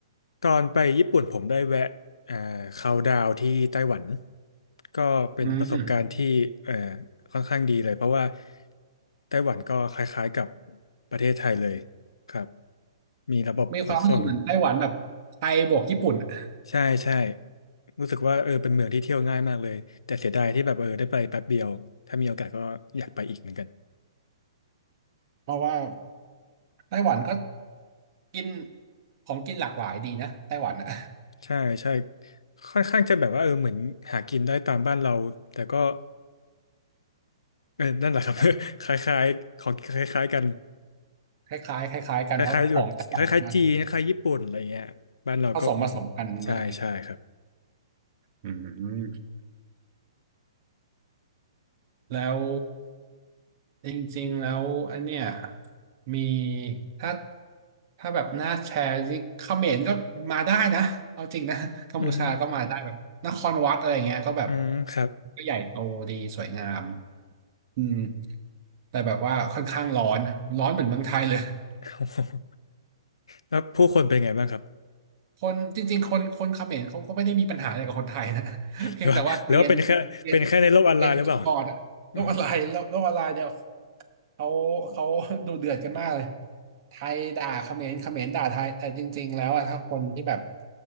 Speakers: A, on the left; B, on the right.
A: ตอนไปญี่ปุ่นผมได้แวะเอ่อเขาน์ดาวน์ที่ไต้หวัน ก็เป็นประสบการณ์ที่เอ่อ
B: อืม
A: ค่อนข้างดีเลยเพราะว่าไต้หวันก็คล้ายๆกับประเทศไทยเลยครับมีระบบขนส่ง
B: มีความรู้สึกเหมือนไต้หวันแบบไทยบวกญี่ปุ่นอะ
A: ใช่ใช่รู้สึกว่าเออเป็นเมืองที่เที่ยวง่ายมากเลยแต่เสียดายที่แบบเออได้ไปแป๊บเดียวถ้ามีโอกาสก็อยากไปอีกเหมือนกัน
B: เพราะว่าไต้หวันก็กินของกินหลากหลายดีนะไต้หวันอะ
A: ใช่ใช่ค่อนข้างจะแบบว่าเออเหมือนหากินได้ตามบ้านเราแต่ก็เออนั่นแหละครับ
B: แบบ
A: <laughs> คล้ายๆของคล้ายๆกัน
B: คล้ายๆคล้ายๆกันเพราะของไต้หวันมาไทย
A: คล้ายๆแบบคล้ายๆจีนคล้ายๆญี่ปุ่นอะไรเงี้ยบ้านเราก็อืม
B: ผสมผสมกันอะไรอย่างเงี้ย
A: ใช่ใช่ครับ
B: อืม แล้วจริงๆแล้วอันเนี้ยมีถ้าถ้าแบบน่าแชร์ที่เขมรก็มาได้นะเอาจริงนะกัมพูชาก็มาได้แบบนครวัดอะไรเงี้ยก็แบบ
A: อืมอืมครับ
B: ก็ใหญ่โตดีสวยงามอืมแต่แบบว่าค่อนข้างร้อนร้อนเหมือนเมืองไทยเลย
A: <laughs> โอ้โหแล้วผู้คนเป็นไงบ้างครับ
B: คนจริงๆคนคนเขมรเขาก็ไม่ได้มีปัญหาอะไรกับคนไทยนะ <laughs> เพียงแต่ว่าเกรียนเกรียน
A: หรือว่าหรือว่าเป็นแค่เป็นแค่ในโลกออนไลน์หรือเปล่า
B: เกรียนคีย์บอร์ดอะโลกออนไลน์โลกโลกออนไลน์เนี่ย
A: อ่า
B: เขาเขา <laughs> ดูเดือดกันมากเลยไทยด่าเขมรเขมรด่าไทยแต่จริงๆแล้วอะถ้าคนที่แบบ